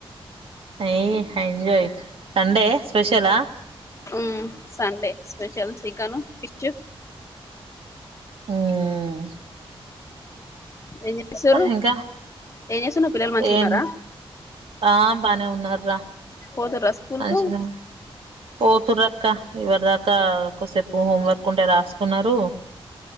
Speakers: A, on the right; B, on the left.
A: ఏయ్, ఎంజాయ్ సండే స్పెషలా?
B: మ్ సండే స్పెషల్ చికెను, ఫిష్
A: ఉమ్
B: ఏం చేసారు.
A: ఇంకా
B: ఏం చేస్తున్నావ్, పిల్లలు మంచిగున్నారా?
A: ఏం ఆ బానే ఉన్నారు రా.
B: పోతుర్రా స్కూల్
A: మంచిగనే
B: కు
A: పోతుర్రుక్క ఇప్పటి దాకా కాసేపు హోం వర్క్ ఉంటే రాసుకున్నారు.